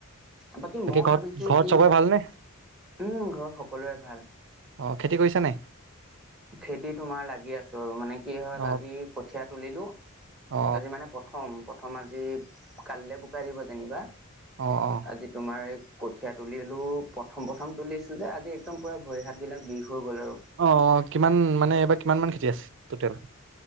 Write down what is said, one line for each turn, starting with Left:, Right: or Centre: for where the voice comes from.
Centre: বাকী মই
Right: ঘৰত
Centre: ভাবিছো
Right: ঘৰত
Centre: কি।
Right: চবৰে ভালনে
Centre: উম ঘৰৰ সকলোৰে ভাল।
Right: অ খেতি কৰিছ নাই?
Centre: খেতি তোমাৰ লাগি আছো আৰু, মানে কি হ'ল
Right: অ
Centre: আজি কঠিয়া তুলিলো।
Right: অ
Centre: আজি মানে প্ৰথম। প্ৰথম আজি কাললৈ বোকা দিব যেনিবা।
Right: অ অ
Centre: আজি তোমাৰ কঠীয়া তুলিলো প্ৰথম প্ৰথম তুলিছো যে আজি একদম পোৰা ভৰি হাত বিলাক বিষ হৈ গ'ল আৰু।
Right: অ কিমান মানে এইবাৰ কিমানান খেতি আছে টোটেল?